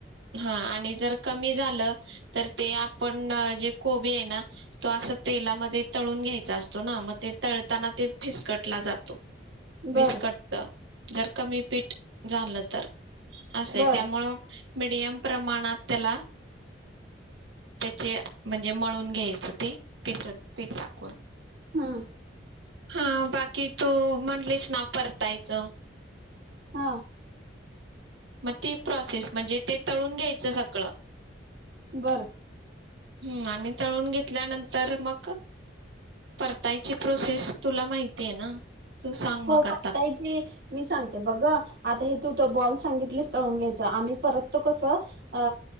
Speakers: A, on the right; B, on the right.
A: हा आणि जर कमी झालं तर ते आपण जे कोबी आहे ना तो असं तेलामध्ये तळून घ्यायचा असतो ना मग ते तळताना ते फिसकटला जातो विस्कटतं
B: बर
A: जर कमी पीठ झालं तर असं
B: बर
A: आहे त्यामुळं मिडियम प्रमाणात त्याला त्याचे म्हणजे मळून घ्यायचं ते पिठ पीठ टाकून
B: हम्म
A: हा बाकी तू म्हटलीस ना परतायचं
B: हा
A: मग ती प्रोसेस म्हणजे ते तळून घ्यायचं सगळं
B: बरं
A: हूं आणि तळून घेतल्यानंतर मग परतायची प्रोसेस तुला माहिती आहे ना. तू सांग
B: हो
A: मग आता
B: पण <unintelligible> जे मी सांगते बघ आता हे त तू बॉल सांगितलेस तळून घ्यायचा आम्ही परततो कसं अ